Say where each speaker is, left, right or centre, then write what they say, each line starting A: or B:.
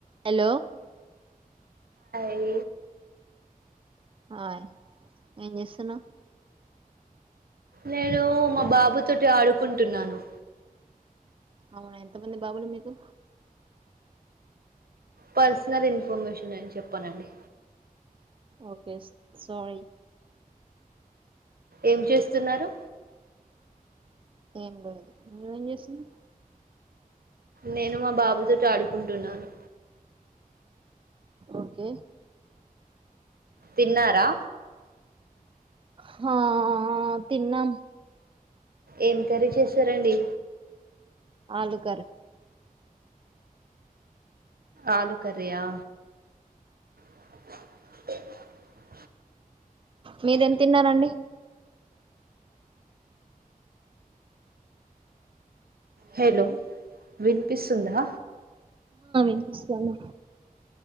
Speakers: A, on the right; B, on the right.
A: హలో
B: రీ
A: ఆయ్ ఏంజేసున్నావ్
B: నేను మా బాబు తోటి ఆడుకుంటున్నాను
A: అవునా ఎంతమంది బాబులు మీకు
B: పర్సనల్ ఇన్ఫర్మేషన్ నేను చెప్పనండి
A: ఓకే సారీ
B: ఏం చేస్తున్నారు
A: ఏం లేదు నువ్వేం చేసునవ్
B: నేను మా బాబుతోటి ఆడుకుంటున్నాను
A: ఓకే
B: తిన్నారా
A: హా తిన్నం
B: ఏం కరీ చేశారండి
A: ఆలు కర్రీ.
B: ఆలు కర్రి ఆ. <unintelligible>
A: మీరెం తిన్నారండి
B: హలో వినిపిస్తుందా
A: వినిపిస్తోంది